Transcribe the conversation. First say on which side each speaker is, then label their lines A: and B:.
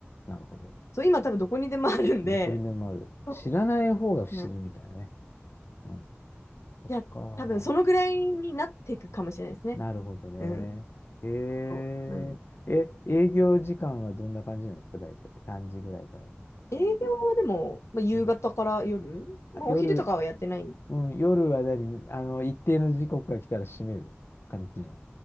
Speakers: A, on the left; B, on the left.
A: なるほど。
B: そう、今、多分、どこにでもあるんで、
A: どこにでもある。
B: そ
A: 知らない方が不思議みたいなね。
B: う、うん。
A: うん。そっか。
B: いや、多分、そのぐらいになっていくかもしれないですね。
A: なるほどね。
B: うん。
A: えー、
B: そう。なんで、
A: え、営業時間はどんな感じなんですか、大体。何時ぐらいからで。
B: 営業はでも、まあ、夕方から夜、
A: うん。あ、
B: まあ、
A: 夜、
B: お昼とかはやってない
A: うん、夜は何あの、一定の時刻が来たら閉める感じの。